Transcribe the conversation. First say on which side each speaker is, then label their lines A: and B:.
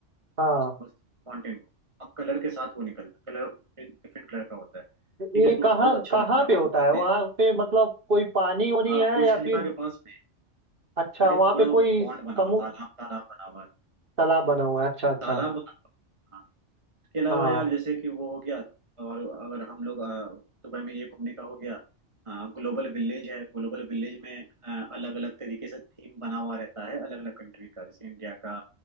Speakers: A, on the right (about 45°); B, on the right (about 25°).
A: हाँ
B: उस उस फाउंटेन को अब कलर के साथ वो निकलता है कलर डिफरेंट कलर का होता है ठीक
A: ये
B: है तो
A: कहाँ
B: बहुत अच्छा
A: कहाँ
B: लगता है और
A: पे होता
B: वहाँ
A: है
B: पे
A: वहाँ पे मतलब कोई पानी वानी
B: हाँ
A: है
B: बुर्ज
A: या
B: खलीफा
A: फिर
B: के पास में
A: अच्छा
B: अरे
A: वहाँ
B: पूरा
A: पे
B: वो
A: कोई
B: पॉन्ड बना
A: समु
B: हुआ तालाब तालाब बना हुआ है
A: तालाब बना हुआ है अच्छा अच्छा
B: तालाब बना हुआ है। इसके अलावा
A: हाँ
B: यार जैसे कि वो हो गया तो, और अगर हम लोग अ, दुबई में ये घूमने का हो गया ग्लोबल विलेज है ग्लोबल विलेज में अलग अलग तरीके से थीम बना हुआ रहता है अलग अलग कंट्री का जैसे इंडिया का